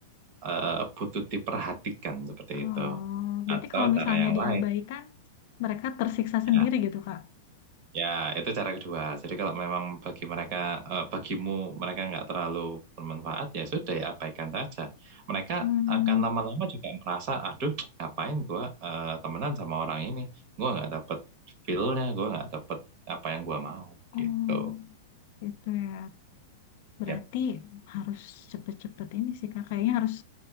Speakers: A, on the right (about 45°); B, on the left (about 55°).
A: eh, butuh diperhatikan seperti
B: Oh
A: itu.
B: berarti
A: Atau
B: kalau misalnya
A: cara yang
B: diabaikan,
A: lain.
B: mereka tersiksa sendiri
A: Ya,
B: gitu kak.
A: Ya, itu cara kedua. Jadi kalau memang bagi mereka, eh, bagimu mereka nggak terlalu bermanfaat, ya sudah ya abaikan saja. Mereka
B: Hmm,
A: akan lama-lama juga merasa, aduh, ngapain gua eh, temenan sama orang ini? Gua nggak dapet feel-nya, gua nggak dapet apa yang gua mau,
B: oh
A: gitu.
B: gitu ya. Berarti
A: Ya,
B: harus cepet-cepet ini sih Kak. Kayaknya harus